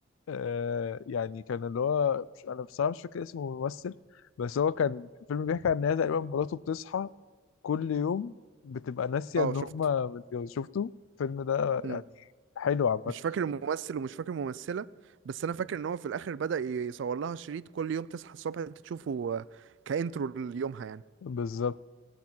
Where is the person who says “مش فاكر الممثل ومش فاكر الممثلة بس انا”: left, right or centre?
Right